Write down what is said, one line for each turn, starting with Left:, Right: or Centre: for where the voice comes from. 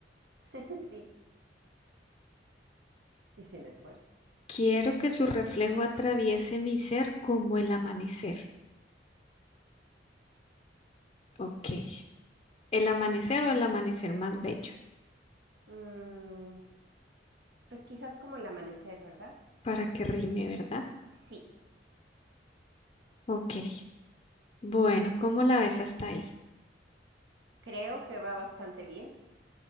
Right: <laughs> sí. Y sin esfuerzo.
Left: Quiero que su reflejo atraviese mi ser como el amanecer. Ok. El amanecer o el amanecer más bello.
Right: Mm, pues quizás como el amanecer, ¿verdad?
Left: Para que rime, ¿verdad?
Right: Sí.
Left: Ok. Bueno, ¿cómo la ves hasta ahí?
Right: Creo que va bastante bien.